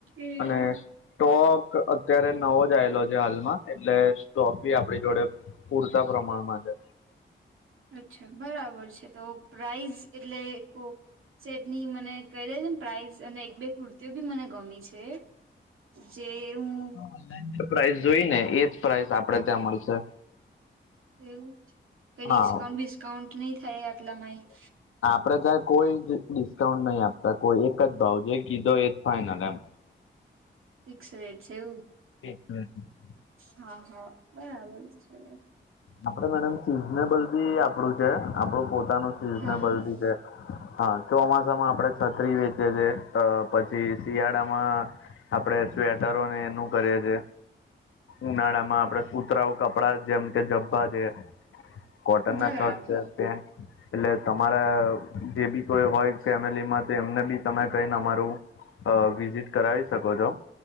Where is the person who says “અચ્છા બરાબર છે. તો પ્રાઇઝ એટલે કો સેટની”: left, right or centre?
Right